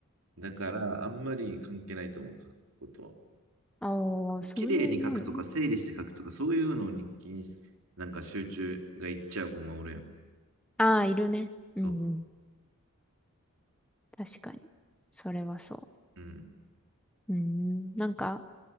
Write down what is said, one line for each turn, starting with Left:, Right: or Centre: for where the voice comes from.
Right: だから、あんまり関係ないと思う、書くこと
Centre: ああ、
Right: は。
Centre: そういうもんね。
Right: 綺麗に書くとか、整理して書くとか、そういうのに気に、なんか集中がいっちゃう子もおるやん。
Centre: ああ、いるね。うんうん。
Right: そ
Centre: 確かに。それはそ
Right: う。うん。
Centre: う。うーん。なんか、